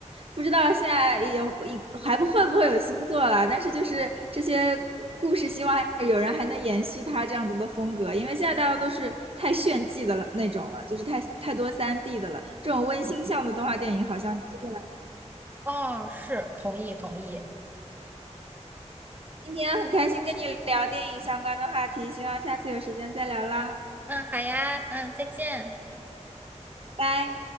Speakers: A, on the right (about 50°); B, on the right (about 15°).
A: 不知道现在有还不会不会有新作了，但是就是这些故事，希望有人还能延续他这样子的风格，因为现在大家都是太炫技的了那种了，就是太太多三 d 的了，这种温馨向的动画电影好像就是越来越
B: 哦，是，同意同意。
A: 今天很开心跟你聊电影相关的话题，希望下次有时间再聊啦，
B: 嗯，好呀，嗯，再见。
A: 拜拜。